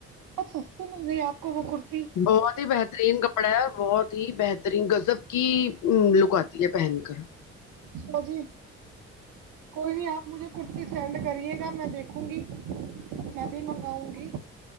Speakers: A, on the right; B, on the left.
A: بہت سستی مل رہی آپ کو وہ کرتی
B: بہت ہی بہترین کپڑا ہے اور بہت ہی بہترین گزب کی لک آتی ہے پہن کر
A: اچھا جی کوئی نہیں آپ مجھے کرتی سینڈ کریے گا میں دیکھوں گی میں بھی منگاؤں گی